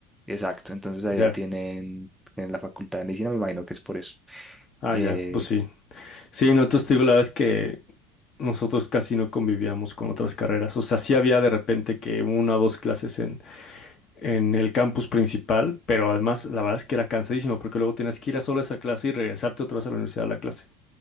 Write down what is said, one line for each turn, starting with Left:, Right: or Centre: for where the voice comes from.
Centre: exacto, entonces allá
Left: Ya,
Centre: tienen, en la facultad de medicina, me imagino que es por eso.
Left: ah,
Centre: Eh,
Left: ya, pues sí. Sí, no, entonces te digo, la verdad es que nosotros casi no convivíamos con otras carreras. O sea, sí había de repente que una o dos clases en, en el campus principal, pero además la verdad es que era cansadísimo porque luego tenías que ir a solo esa clase y regresarte otra vez a la universidad a la clase.